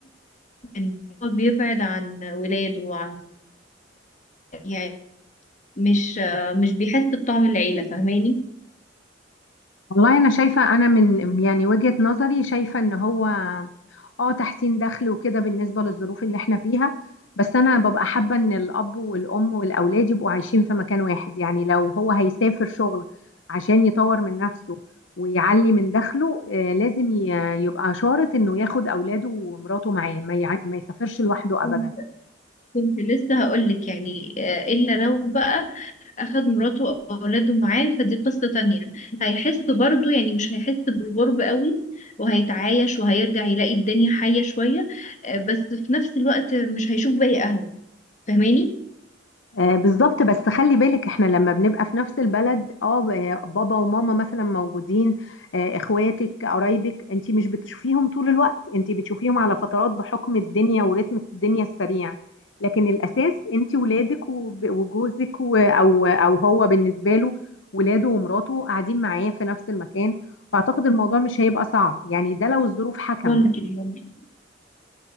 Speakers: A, on the left; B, on the left.
A: إن هو بيبعد عن ولاده وعن يعني مش آه، مش بيحس بطعم العيلة فاهماني
B: والله انا شايفة انا من يعني وجهة نظري شايفة ان هو اه تحسين دخل وكده بالنسبة للظروف اللي احنا فيها بس انا ببقى حابة ان الاب والام والاولاد يبقوا عايشين في مكان واحد يعني لو هو هيسافر شغل عشان يطور من نفسه ويعلي من دخله آه، لازم ي- يبقى شارط انه ياخد اولاده ومراته معاه ما يع- ما يسافرش لوحده
A: كنت
B: ابدا
A: كنت لسه هقولك يعني آه، إلا لو بقى أخد مراته أو أولاده معاه فدي قصة تانية هيحس برضو يعني مش هيحس بالغرب قوي وهيتعايش وهيرجع يلاقي الدنيا حية شوية آه، بس في نفس الوقت مش هيشوف باقي أهله فاهماني
B: آه، بالظبط بس خلي بالك احنا لما بنبقى في نفس البلد اه ب- بابا وماما مثلا موجودين آه، اخواتك قرايبك انت مش بتشوفيهم طول الوقت انت بتشوفيهم على فترات بحكم الدنيا ورتم الدنيا السريع لكن الاساس انت ولادك وب- وجوزك و- او او هو بالنسبه له ولاده ومراته قاعدين معاه في نفس المكان فاعتقد الموضوع مش هيبقى صعب يعني ده لو الظروف حكمت
A: ممكن ممكن